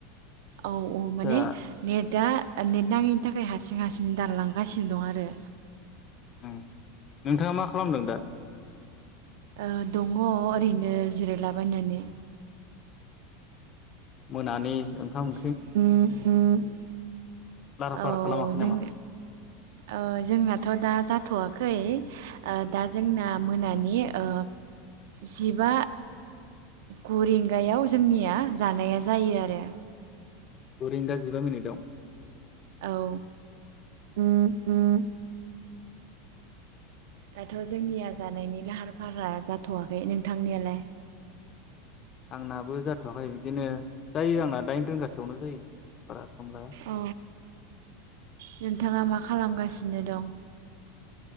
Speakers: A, on the right (about 70°); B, on the left (about 25°).
A: औ औ माने
B: दा
A: नेटआ नेट नाङैनि थाखाय हारसिं हारसिं दानलां गासिनो दं आरो
B: उम नोंथाङा मा खालामदों दा?
A: ओ दङ' ओरैनो जिरायलाबायनानै।
B: मोनानि ओंखाम ओं
A: <inaudible>
B: लाहार
A: औ
B: फाहार खालामाखै
A: जों
B: नामा?
A: ओ जोंनाथ' दा जाथ'वाखै। ओ दा जोंना मोना नि ओ जि बा गु रिंगायाव जोंनिया जानाया जायो आरो
B: गु रिंगा जिबा मिनिटाव।
A: औ। <inaudible> दाथ' जोंनिया जानायनि लाहार फाहारा जाथ'वाखै नों थांनायालाय।
B: आंनाबो जाथ'वाखै बिदिनो जायो आंना दाइन रिंगासोआवनो जायो। बारा समलाया।
A: अ नोंथाङा मा खालामगासिनो दं?